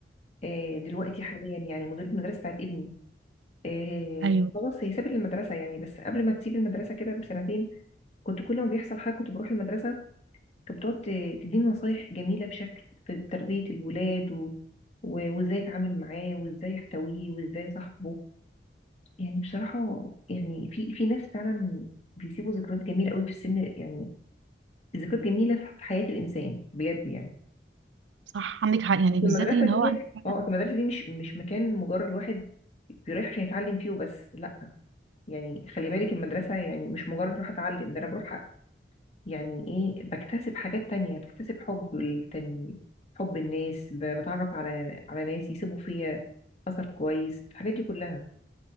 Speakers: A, on the left (about 35°); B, on the right (about 90°).
A: آه، دلوقتي حاليا يعني مديرة مدرسة بتاعت ابني آه،
B: ايوه
A: خلاص هي سابت المدرسة يعني بس قبل ما تسيب المدرسة كده بسنتين كنت كل ما بيحصل حاجة كنت بروح المدرسة كانت بتقعد ت- تديني نصايح جميلة بشكل في تربية الولاد و... و... وازاي اتعامل معاه وازاي احتويه وازاي صاحبه يعني بصراحة يعني في في ناس فعلا بيسيبوا ذكريات جميلة قوي في السن يعني ذكريات جميلة في حياة الإنسان بجد يعني
B: صح عندك حق يعني
A: بس
B: بالذات
A: المدرسة
B: ان
A: ديت
B: هو أنت-
A: اه أصل المدرسة دي مش مش مكان مجرد واحد بيروح عشان يتعلم فيه وبس لا يعني خلي بالك المدرسة يعني مش مجرد اروح اتعلم ده انا بروح يعني ايه بكتسب حاجات تانية بكتسب حب التاني حب الناس ب- بتعرف على على ناس يسيبوا فيا أثر كويس الحاجات دي كلها